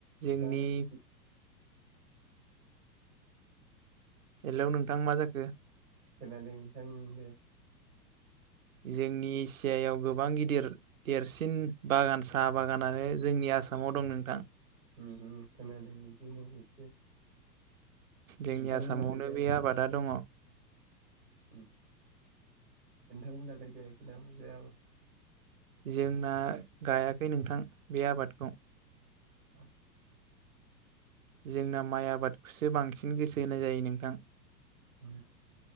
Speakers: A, on the right; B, on the right.
A: जोंनि
B: दा
A: हेलौ नोंथां मा जाखो?
B: खोनादों नोंथां दे
A: जोंनि एसियायाव गोबां गिदिर देरसिन बागान साहा बागानानो जोंनिया आसामाव दं नोंथां।
B: उम हउ खोनादों बिदिनो एसे।
A: जोंनि
B: नोंथांमोनालाय
A: आसामावनो बे आबादा दङ'।
B: उम। नोंथां मोनालाय गायाखै नामा बे आबाद
A: जोंना गायाखै नोंथां बे आबादखौ।
B: आ
A: जोंना माइ आबादखौसो बांसिन गोसो होनाय जायो नोंथां।
B: ओम